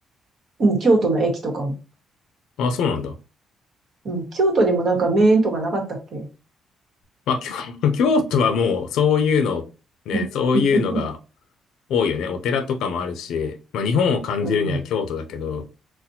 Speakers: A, on the right; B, on the left.
A: うん、京都の駅とかも。
B: あ、そうなんだ。
A: うん、京都にもなんか名園とかなかったっけ
B: まあ、京、<laughs> 京都はもう、そういうの、
A: <laughs>
B: ね、そういうのが多いよね。お寺とかもあるし、まあ、日本を感じるには京都だけど、
A: うん、